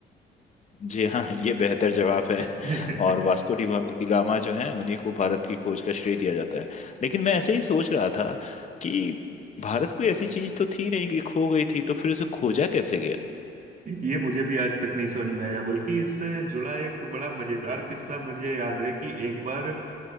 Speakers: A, on the left (about 35°); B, on the right (about 40°).
A: जी हाँ ये बेहतर जवाब है
B: <laughs>
A: और वास्को डी डिगामा जो है उन्हीं को भारत की खोज का श्रेय दिया जाता है लेकिन मैं ऐसे ही सोच रहा था कि भारत कोई ऐसी चीज तो थी नहीं कि खो गई थी तो फिर उसे खोजा कैसे
B: ये मुझे भी आज तक नहीं समझ में आया बल्कि इससे जुड़ा एक बड़ा मजेदार किस्सा मुझे याद है कि एक बार